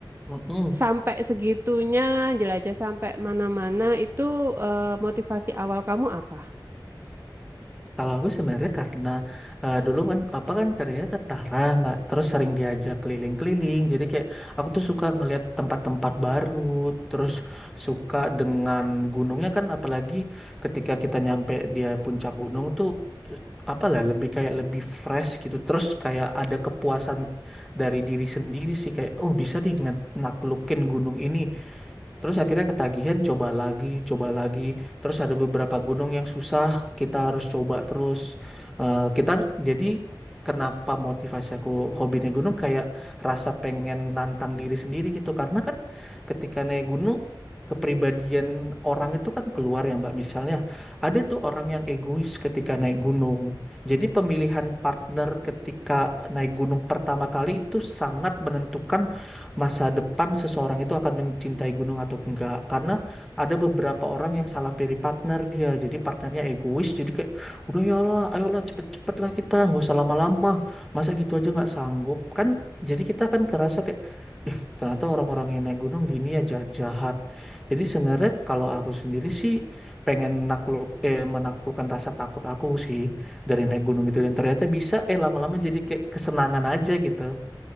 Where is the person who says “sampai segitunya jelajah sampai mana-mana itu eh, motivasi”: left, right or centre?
Right